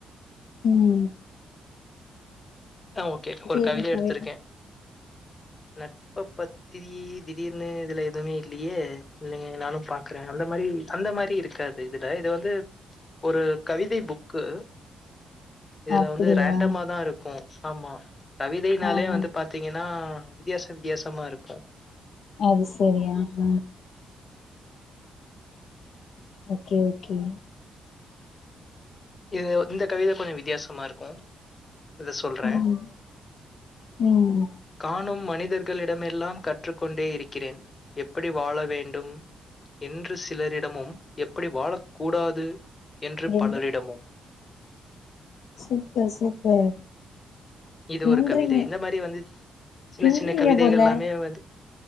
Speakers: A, on the left (about 65°); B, on the left (about 40°).
A: உம்
B: ஆஹ் ஓகே ஒரு கவிதைய
A: எது கவிதை
B: எடுத்திருக்கேன் நட்ப பத்தி திடீர்னு இதுல எதுவுமே இல்லையே இல்லைங்க நானும் பாக்குறேன் அந்த மாதிரி ம் அந்த மாதிரி இருக்காது இதுல இது வந்து ஒரு கவிதை புக்கு இதுல
A: அப்டியா
B: வந்து ரேண்டமாதான் இருக்கும் ஆமா கவிதைனாலே
A: ஆஹா
B: வந்து பாத்தீங்கன்னா வித்தியாச வித்தியாசமா இருக்கும்
A: அது சரி ஆஹா ஓகே ஓகே
B: இது இந்த கவிதை கொஞ்சம் வித்தியாசமா இருக்கும் இத சொல்றேன்
A: ம் ம்
B: காணும் மண் மனிதர்களிடமெல்லாம் கற்றுக் கொண்டே இருக்கிறேன் எப்படி வாழ வேண்டும் என்று சிலரிடமும் எப்படி வாழக் கூடாது என்று
A: ரெண்டு
B: பலரிடமும்
A: சூப்பர் சூப்பர்
B: இது
A: பின்றீங்க
B: ஒரு கவிதை இந்த மாதிரி வந்து சின்ன
A: பின்றீங்க
B: சின்ன கவிதைகள்
A: போல
B: எல்லாமே வந்து